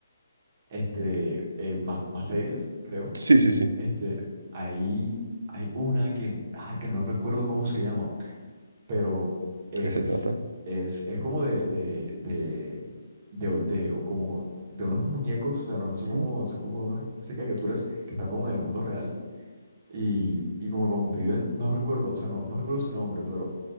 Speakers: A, on the right; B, on the right.
A: este, eh, más, más serias, creo
B: Sí, sí, sí.
A: Este, ahí hay una que, ah, que no recuerdo cómo se llama, pero es,
B: ¿De qué se trata?
A: es, es como de, de, de, de, de- o como de unos muñecos, o sea, no son como,
B: Ujú.
A: son como unas no sé, caricaturas que están como en el mundo real y, y como conviven, no recuerdo, o sea, no, no recuerdo su nombre, pero